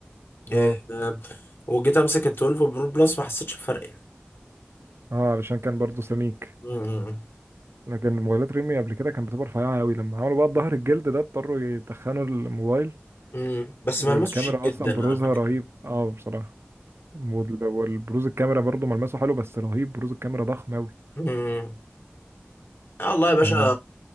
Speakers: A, on the left; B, on the right.
A: آه
B: اه
A: آه، وجيت امسك ال 12 برو بلس ما حسيتش بفرق يعني
B: اه علشان كان برضه سميك
A: امم
B: لكن موبايلات ريلمي قبل كده كانت بتبقى رفيعه قوي لما عملوا بقى الظهر الجلد ده اضطروا يتخنوا الموبايل
A: امم بس
B: والكاميرا
A: ملمسه شيك جدا
B: اصلا بروزها
A: على فكره
B: رهيب اه بصراحه وال- والبروز الكاميرا برضه ملمسه حلو بس رهيب بروز الكاميرا ضخم قوي
A: امم آه والله يا باشا
B: آه.